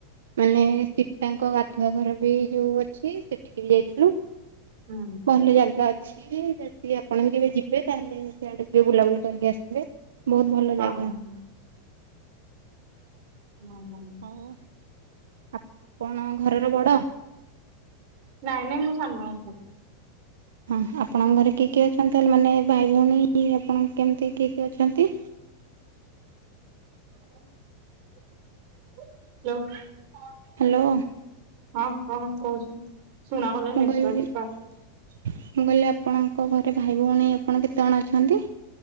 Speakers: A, on the right; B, on the right.
A: ମାନେ ସୀତାଙ୍କ ଗାଧୁଆ ଘର ବି ଯୋଉ ଅଛି ସେଠିକି ବି ଯାଇଥିଲୁ।
B: ହୁଁ।
A: ଭଲ ଜାଗା ଅଛି ଯଦି ଆପଣ ବି କେବେ ଯିବେ ତାହେଲେ ସେଆଡ଼େ ଯେ ବୁଲାବୁଲି କରିକି ଆସିବେ। ବହୁତ ଭଲ ଜାଗା।
B: ଆଉ ହୁଁ ହୁଁ।
A: ଆଉ ଆପଣ ଘରର ବଡ?
B: ନାଇଁ ନାଇଁ ମୁଁ ସାନ।
A: ହଁ, ଆପଣଙ୍କ ଘରେ କିଏ କିଏ ଅଛନ୍ତି ତାହେଲେ ମାନେ ଭାଇ ଭଉଣୀ ଆପଣ କେମିତି କିଏ କିଏ ଅଛନ୍ତି?
B: <unintelligible>
A: ହ୍ୟାଲୋ?
B: ହଁ କଣ କହୁଛନ୍ତି ଶୁଣାଗଲାନି।
A: ମୁଁ
B: ନେଟୱର୍କ
A: କହିଲି
B: ପାଉନି।
A: ମୁଁ କହିଲି ଆପଣଙ୍କ ଘରେ ଭାଇ ଭଉଣୀ ଆପଣ କେତେ ଜଣ ଅଛନ୍ତି?